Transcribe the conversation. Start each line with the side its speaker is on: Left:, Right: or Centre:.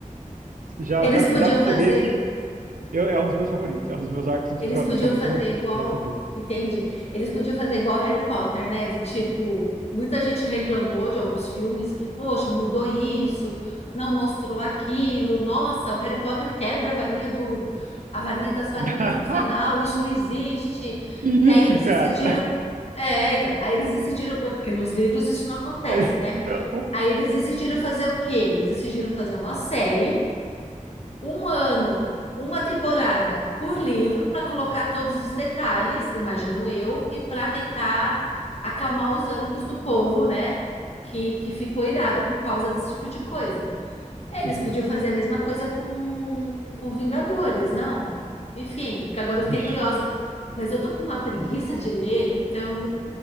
Right: já,
Left: Eles
Right: já dá
Left: podiam
Right: pra
Left: fazer.
Right: você ver que eu- é um dos meus favoritos, é um dos meus arcos dos
Left: Eles
Right: dos
Left: podiam
Right: quadrinhos
Left: fazer
Right: favoritos,
Left: igual,
Right: Guerra Civil.
Left: entende Eles podiam fazer igual Harry Potter, né? Do tipo, muita gente reclamou de alguns filmes que, poxa, mudou isso, não mostrou aquilo. Nossa, o Harry Potter quebra a varinha do, a varinha das varinhas
Right: <laughs>
Left: no final, isso não existe.
Right: Que
Left: E
Right: isso,
Left: aí eles
Right: cara?
Left: decidiram, é, então, aí eles decidiram, é, porque nos livros isso não acontece,
Right: <laughs>
Left: né?
Right: Não.
Left: Aí eles decidiram fazer o quê? Eles decidiram fazer uma série um ano, uma temporada por livro para colocar todos os detalhes, imagino eu, e para tentar acalmar os ânimos do povo, né? Que, que ficou irado por causa desse tipo de coisa. Eles
Right: Uhum.
Left: podiam fazer a mesma coisa com, com Vingadores, não? Enfim, porque agora eu
Right: Vixe.
Left: fiquei curiosa. Mas eu tô com uma preguiça de ler, então,